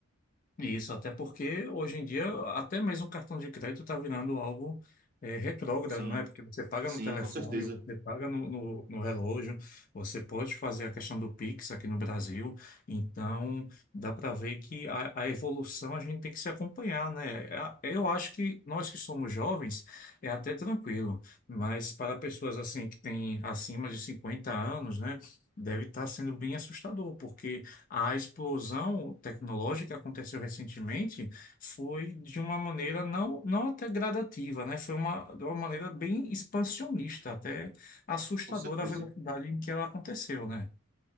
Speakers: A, on the left (about 40°); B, on the right (about 40°).
A: Isso, até porque hoje em dia, até mesmo o cartão de crédito está virando algo eh, retrógrado,
B: Sim,
A: né? Porque você paga
B: sim,
A: no telefone,
B: com certeza,
A: você paga no, no, no relógio, você pode fazer a questão do Pix aqui no Brasil. Então, dá para ver que a, a evolução a gente tem que se acompanhar, né? A- Eu acho que nós que somos jovens é até tranquilo, mas para pessoas assim que têm acima de 50 anos, né? Deve estar sendo bem assustador, porque. A explosão tecnológica que aconteceu recentemente foi de uma maneira não, não até gradativa, né? Foi uma, de uma maneira bem expansionista, até assustadora
B: com certeza,
A: a velocidade em que ela aconteceu, né?